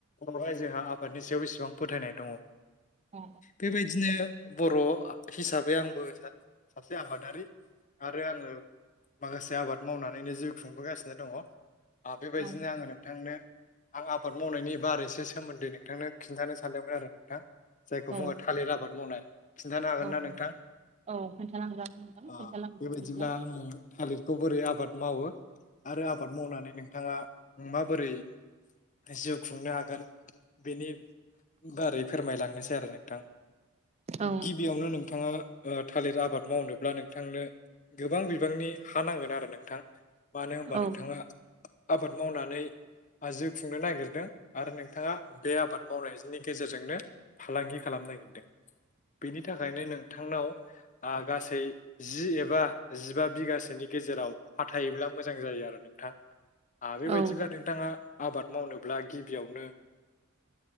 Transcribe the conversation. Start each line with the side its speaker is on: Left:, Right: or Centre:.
Left: बर' रायजोहा आबादनि सायाव बेसेबां फोथायनाय दङ।
Right: औ
Left: बेबायदिनो बर' हिसाबै आंबो सासे आबादारि आरो आङो माखासे आबाद मावनानैनो जिउ खुंबोगासिनो दङ ओ बेबायदिनो
Right: औ
Left: आङो नोंथांनो आं आबाद मावनायनि बारैसो सोमोन्दै नोंथांनो खिन्थानो सानदोंमोन आरो नोंथां। जायखौ
Right: औ
Left: बुङो थालिर आबाद मावनाय खिन्थानो हागोन
Right: औ
Left: ना नोंथां
Right: औ खोन्थालांजागोन नोंथां
Left: ओ
Right: खोन्थालांदो
Left: बेबायदिब्ला
Right: बिदिब्ला
Left: आङो थालिरखौ बोरै आबाद मावो आरो आबाद मावनानै नोंथाङा माबोरै जिउ खुंनो हागोन बेनि बारै फोरमायलांनो सान आरो नोंथां
Right: औ
Left: गिबियावनो नोंथाङा ओ थालिर आबाद मावनोब्ला नोंथांनो गोबां बिबांनि हा नांगोन आरो नोंथां मानो होनबा
Right: औ
Left: नोंथाङा आबाद मावनानै जिउ खुंनो नागिरदों आरो नोंथाङा बे आबाद मावनायनि गेजेरजोंनो फालांगि खालामनो नागिरदों बेनि थाखायनो नोंथांनाव ओ गासै जि एबा जिबा बिगासोनि गेजेराव हथायोबब्ला मोजां जायो आरो नोंथां। आ बेबायदिब्ला
Right: औ
Left: नोंथाङा आबाद मावनोब्ला गिबियावनो